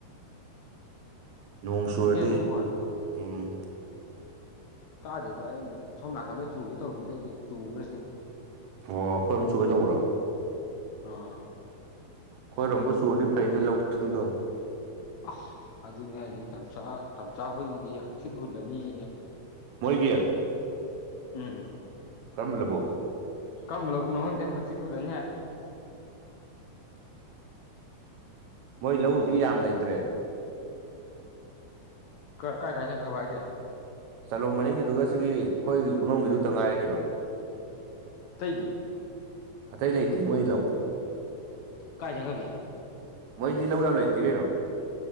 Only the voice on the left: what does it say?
ꯐꯦꯟ ꯃꯈꯣꯟ
ꯇꯥꯗꯦꯗ ꯑꯩꯅ ꯁꯣꯝ ꯅꯥꯀꯟꯗ ꯆꯨꯒꯦ ꯇꯧꯕꯁꯤꯗ ꯑꯩꯁꯦ ꯆꯨꯈ꯭ꯔꯁꯤ
ꯑꯥ
ꯑ ꯑꯗꯨꯅꯤ ꯍꯥꯏꯁꯦ ꯇꯝꯆꯥꯥ ꯍꯨꯣꯏꯒꯤꯗꯤ ꯍꯪꯆꯤꯠ ꯍꯨꯜꯂꯅꯤ
ꯎꯝꯝ
ꯀꯝꯕꯅꯕꯨꯅꯣ ꯍꯪꯗꯦ ꯍꯪꯆꯤꯠ ꯍꯨꯜꯂꯅꯤ ꯍꯥꯏ
ꯀ ꯀꯥꯏ ꯈꯥꯏꯁ ꯈꯔꯕ ꯍꯥꯏꯗ
<unintelligible>
ꯀꯥꯏ ꯁꯒꯒꯦ